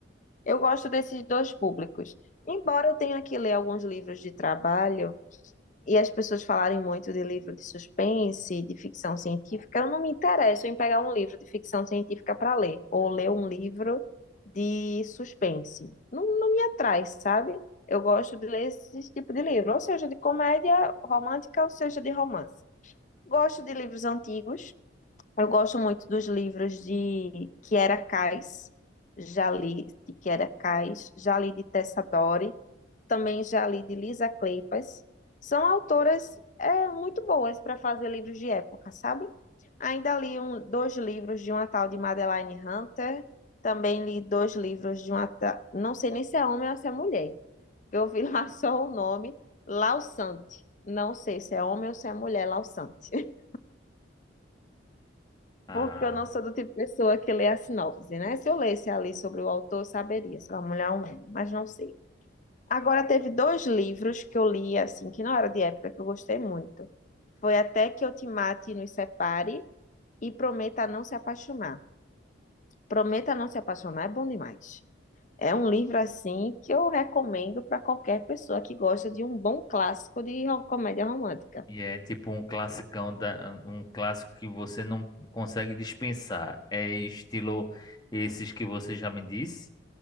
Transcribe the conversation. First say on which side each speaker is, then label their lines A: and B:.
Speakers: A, on the left; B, on the left.
A: Eu gosto desses dois públicos. Embora eu tenha que ler alguns livros de trabalho e as pessoas falarem muito de livro de suspense, de ficção científica, eu não me interesso em pegar um livro de ficção científica para ler, ou ler um livro de suspense. Não, não me atrai, sabe? Eu gosto de ler esse tipo de livro, ou seja, de comédia romântica, ou seja, de romance. Gosto de livros antigos. Eu gosto muito dos livros de Kiera Kass, já li de Kiera Kass, já li de Tessa Dore, também já li de Lisa Kleypas. São autoras é, muito boas para fazer livros de época, sabe? Ainda li um, dois livros de uma tal de Madeline Hunter, também li dois livros de uma ta... não sei nem se é homem ou se é mulher, que eu vi <laughs> lá só o nome, Lausante. Não sei se é homem ou se é mulher, Lausante.
B: Ah,
A: Porque eu não sou do tipo de pessoa que lê a sinopse, né? Se eu lesse ali sobre o autor, eu saberia se era uma mulher ou um homem, mas não sei. Agora, teve dois livros que eu li, assim, que não era de época, que eu gostei muito. Foi Até que eu te mate e nos separe e Prometa não se apaixonar. Prometa não se apaixonar é bom demais. É um livro, assim, que eu recomendo para qualquer pessoa que gosta de um bom clássico de ro- comédia romântica.
B: e é tipo um classicão da, um clássico que você não consegue dispensar. É estilo esses que você já me disse?